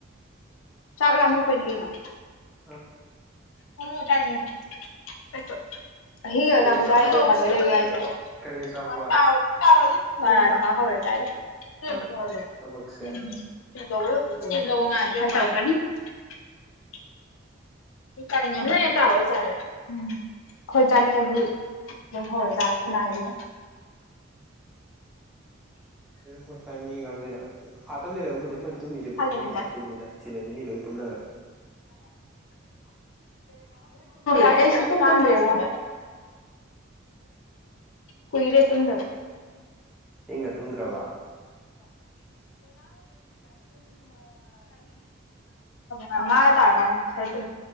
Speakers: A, on the left; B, in the centre.
A: ꯆꯥꯛ ꯂꯥꯝꯃꯛꯄꯣꯏꯅꯤ ꯀꯩꯅꯣ
B: ꯑ
A: ꯎꯝ ꯀꯅꯣꯁꯨꯣ ꯍꯤꯕ
B: ꯀꯔꯤ
A: ꯇ
B: ꯑꯆꯥꯄꯣꯠ
A: ꯍꯥꯏꯕ
B: ꯀꯔꯤ
A: ꯂꯩ
B: ꯑꯆꯥꯄꯣꯠ
A: ꯌꯥꯦ ꯄ ꯊ
B: ꯑ
A: ꯍꯦ
B: ꯊꯕꯛꯁꯦ
A: ꯇꯥꯏꯕ ꯁꯤꯗꯕ ꯁꯤꯗꯕꯦ ꯇꯥꯎꯀꯅꯤ ꯀ ꯊꯕꯣꯏ ꯆꯂ ꯎꯝ ꯑꯩꯈꯣꯏ ꯆꯥꯅꯤꯡꯉꯥꯏꯒꯤ ꯑꯗꯨꯝ ꯍꯧꯔꯦꯇꯥꯥꯔꯦ ꯏꯃꯥꯅꯒꯤꯅ
B: <unintelligible> ꯀꯣꯏꯁ ꯃꯤ ꯑꯥꯗ ꯂꯩꯔꯛꯕꯨꯗꯤ ꯑꯩꯈꯣꯏ ꯇꯨꯝꯃꯤꯁꯦ ꯄꯨꯡ
A: ꯍꯜꯂꯦꯕ
B: ꯑꯅꯤꯍꯨꯝꯂ
A: ꯆꯥꯔꯦ
B: ꯇꯨꯝꯃꯤꯗ ꯁꯤꯗꯗꯤ ꯃꯤ ꯂꯣꯏ ꯇꯨꯝꯅꯈ꯭ꯔꯦ
A: ꯑꯩꯁꯨꯗ ꯀꯨꯏꯔꯦꯠꯇꯗ
B: ꯏꯒ ꯇꯨꯝꯗ꯭ꯔꯕ
A: ꯍ ꯂꯁꯥ ꯇꯥ ꯀꯥꯟꯅ ꯈꯔꯦ